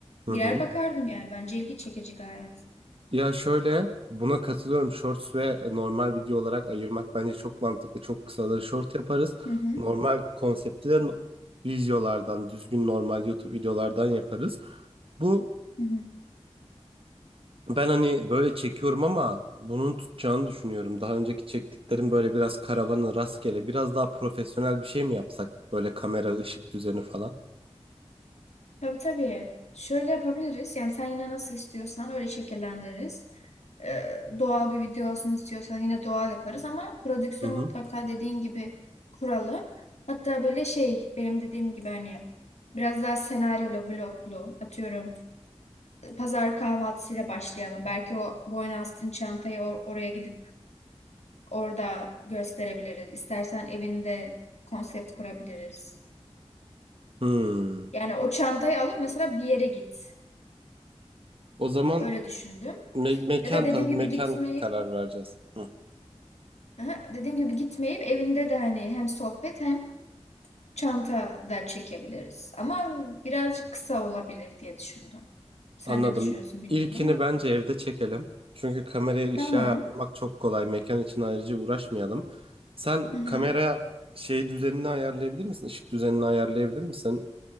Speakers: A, on the right; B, on the left.
A: Hı
B: Girer
A: hı.
B: bakardım yani. Bence ilgi çekici gayet.
A: Ya şöyle buna katılıyorum. Shorts ve normal video olarak ayırmak bence çok mantıklı. Çok kısaları short yaparız.
B: Hı hı.
A: Normal konsepti de no- videolardan, düzgün normal YouTube videolardan yaparız. Bu
B: Hı hı.
A: ben hani böyle çekiyorum ama bunun tutacağını düşünüyorum. Daha önceki çektiklerim böyle biraz karavanı rastgele, biraz daha profesyonel bir şey mi yapsak? Böyle kamera, ışık düzeni falan.
B: Tabii tabii. Şöyle yapabiliriz. Yani sen yine nasıl istiyorsan öyle şekillendiririz. Ee, doğal bir video olsun istiyorsan yine doğal yaparız ama prodüksiyonu
A: Hı hı.
B: mutlaka dediğin gibi kuralım. Hatta böyle şey benim dediğim gibi hani biraz daha senaryolu, vloglu atıyorum. Pazar kahvaltısıyla başlayalım. Belki o boyna çantayı or- oraya gidip orada gösterebiliriz. İstersen evinde konsept kurabiliriz.
A: Hmm.
B: Yani o çantayı alıp mesela bir yere git.
A: O zaman
B: Öyle düşündüm.
A: me- mekan
B: Ya da dediğim
A: tabii
B: gibi
A: mekan
B: gitmeyip,
A: karar vereceğiz. Hı
B: aha, dediğim gibi gitmeyip evinde de hani hem sohbet hem çanta da çekebiliriz. Ama birazcık kısa olabilir diye düşündüm. Sen
A: Anladım.
B: ne düşünüyorsun bilmiyorum
A: İlkini
B: ama.
A: bence evde çekelim. Çünkü kamerayı ışığa
B: Tamam.
A: ayarlamak çok kolay. Mekan için ayrıca uğraşmayalım. Sen
B: Hı hı.
A: kamera şey düzenini ayarlayabilir misin? Işık düzenini ayarlayabilir misin?